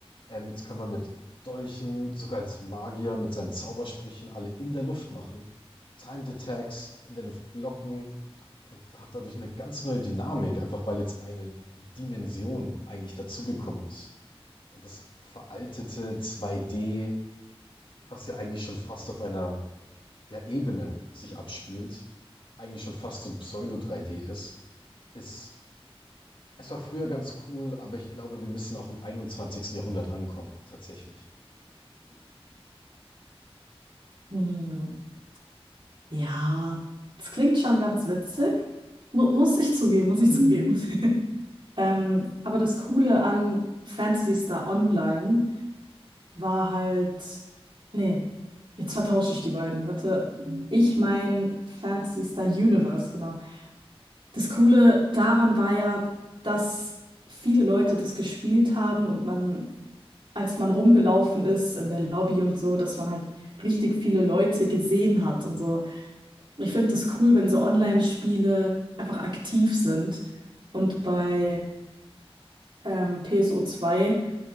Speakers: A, on the left; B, on the right.
A: Ähm, jetzt kann man mit Dolchen, sogar als Magier, mit seinen Zaubersprüchen alle in der Luft machen. Timed Attacks, in der Luft blocken und hat dadurch eine ganz neue Dynamik, einfach weil jetzt eine Dimension eigentlich dazugekommen ist. Und das veraltete zwei d was ja eigentlich schon fast auf einer ja, Ebene sich abspielt, eigentlich schon fast so ein Pseudo-3D ist, ist, es war früher ganz cool, aber ich glaube, wir müssen auch im einundzwanzigsten Jahrhundert ankommen, tatsächlich.
B: <laughs> Hm. Ja, das klingt schon ganz witzig. Mu muss ich zugeben, muss ich zugeben. <laughs> Ähm, aber das Coole an Phantasy Star Online war halt, nee, jetzt vertausche ich die beiden. Warte, ich mein Phantasy Star Universe, genau. Das Coole daran war ja, dass viele Leute das gespielt haben und man, als man rumgelaufen ist in der Lobby und so, dass man halt richtig viele Leute gesehen hat und so. Ich finde das cool, wenn so Online-Spiele einfach aktiv sind. Und bei ähm, PSO 2